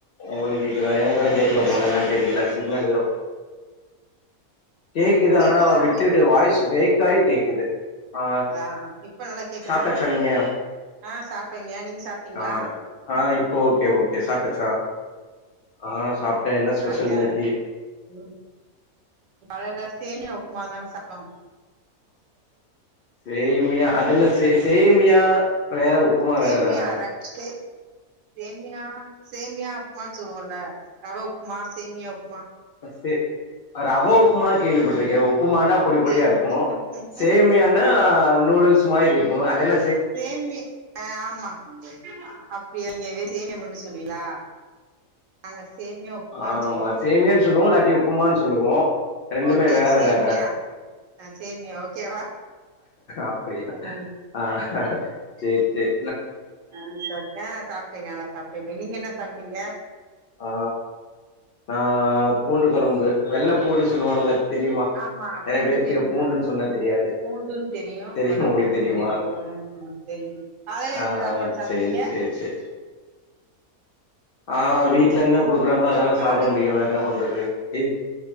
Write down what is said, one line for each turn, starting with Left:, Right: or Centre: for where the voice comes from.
Left: உங்களுக்கு கேகுதா எனக்குதா கேக்கல
Right: கேக்குதா
Left: போல என்னன்னு தெரியல சிகுனல் ஏதோ கேக்குது
Right: கேக்குதா
Left: ஆனா விட்டுவிட்டு வாய்ஸ் பிரேக் ஆயி கேக்குது ஆ
Right: கேக்குதா இப்ப நல்லா கேக்குதா
Left: சாப்பிட்டாச்சா நீங்க
Right: ஆ சாப்ட்டேங்க நீங்க சாப்ட்டீங்களா
Left: அ அ இப்போ ஓகே ஓகே சாப் ச்சா ஆ சாப்ட்ட என்ன ஸ்பெஷல்
Right: ஆங்க
Left: இன்னிக்கு
Right: ம் காலைல சேமியா உப்புமாதாங்க சாப்டோம்
Left: சேமியா அத என்ன சே சேமியா வேற உப்புமா
Right: சேமியா
Left: வேற தான்ன
Right: ர சே சேமியா சேமியா உப்புமான்னு சொல்லுவோம்ல்ல ரவ உப்புமா சேமியா உப்பு
Left: சே ரவ உப்புமா கேள்விபட்டுருக்கேன் உப்பு மாண்டா பொடிப்படியா
Right: சே
Left: இருக்கு சேமியான
Right: ம்
Left: ஆ நூடுல்ஸ் ல்ஸ் மாரி இருக்கும் அதென்ன
Right: சேமி ஆ ஆமா அப்படி யா நீங்க சேமியா மட்டு சொல்லுவிங்களா நாங்க சேமியா உப்புமான்னு
Left: ஆமா
Right: சொல்லுவோ
Left: சேமியான்னு சொல்லுவோ இல்லாட்டி உப்புமான்னு சொல்லுவோ ரெண்டுமே
Right: ஓகே
Left: வேற
Right: சேமியா
Left: வேற
Right: ஆ சேமியா ஓகேவா
Left: அப்படியா
Right: ம்
Left: ஆ சரி சரி
Right: உ சரியா சாப்பிட்டிங்க நல்லா சாப்பிட்டீங்க நீங்க என்ன சாப்பிட்டீங்க
Left: ஆ ஆ பூண்டு குழம்பு வெள்ளை பூண்டு சொல்லுவாங்கள தெரியுமா
Right: ஆமா
Left: நிறய
Right: பூண்டு
Left: பேருக்கு
Right: தெரியு
Left: பூண்டுன்னு சொன்னா தெரியாது
Right: பூண்டுன்னு தெரியு
Left: தெரியுமா
Right: வெள்ள
Left: உங்களுக்கு
Right: பூண்டுன்னு
Left: தெரியுமா
Right: தெரியு தெரியு காலையில
Left: அ
Right: எது சாப்பாடு சாப்ட்டீங்க
Left: சேரிசேரிசேரி ஆ வீட்டுல என்ன கொடுக்குறாங்களோ அது தான
Right: காலை
Left: சாப்பிட முடியு வேற என்ன பண்றது இது